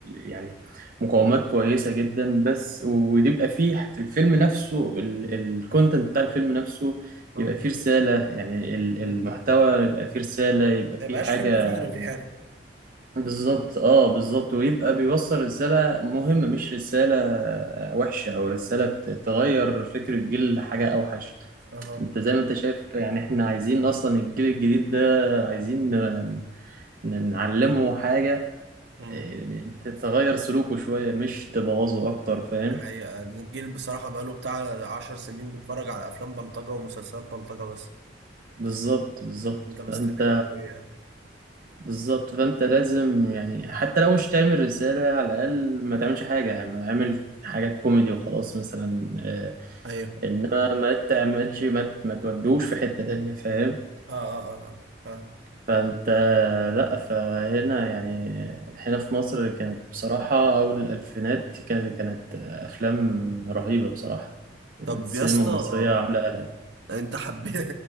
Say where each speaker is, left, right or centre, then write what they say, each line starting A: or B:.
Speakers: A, on the right; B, on the right.
A: يعني مقاومات كويسة جدا بس
B: مم.
A: ويبقى فيه في الفيلم نفسه الكونتنت بتاع الفيلم نفسه
B: مم.
A: يبقى فيه رسالة يعني ال-
B: مم.
A: المحتوى يبقى فيه رسالة يبقى
B: ما يبقاش
A: فيه حاجة
B: فيلم فارغ يعني
A: بالظبط اه بالظبط
B: مم.
A: ويبقى بيوصل رسالة مهمة مش رسالة وحشة أو رسالة ت- تغير فكر الجيل لحاجة أوحش
B: اها
A: أنت زي ما أنت شايف يعني إحنا عايزين أصلا الجيل الجديد ده عايزين ن- ن- نعلمه حاجة
B: مم.
A: آه، تتغير سلوكه شوية مش تبوظه أكتر فاهم
B: دي حقيقة إن الجيل بصراحة بقاله بتاع عشر سنين بيتفرج على أفلام بلطجة ومسلسلات بلطجة بس
A: بالظبط بالظبط
B: أنت مستني
A: فأنت
B: منه إيه يعني؟
A: بالظبط فأنت لازم يعني حتى لو مش تعمل رسالة على الأقل ما تعملش حاجة يعني اعمل حاجات كوميدي وخلاص مثلا آه،
B: أيوه
A: انما ما تعملش ما ت- ما تودوش في حتة تانية فاهم
B: آه آه آه آه. فاهم
A: فانت لا فهنا يعني هنا في مصر كانت بصراحة اول الالفينات كانت كانت افلام رهيبة بصراحة كانت
B: طب
A: السينما
B: يا اسطى
A: المصرية عاملة قلق
B: أنت حبيت